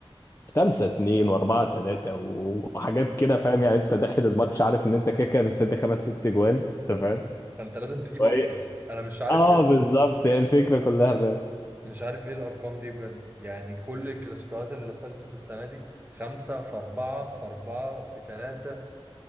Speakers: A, on the left; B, on the right.
A: خمسة اتنين واربعة تلاتة وحاجات كده فاهم يعني انت داخل الماتش عارف ان انت كده كده مستني خمس ست جوان انت فاهم
B: فانت لازم
A: <laughs>
B: تجيب
A: وإيه-
B: اكتر انا مش عارف
A: اه
B: ايه ال-
A: بالظبط هي الفكرة كلها
B: مش عارف ايه الارقام دي بجد يعني كل الكلاسيكوات اللي خلصت السنه دي خمسة في أربعة في أربعة في ثلاثة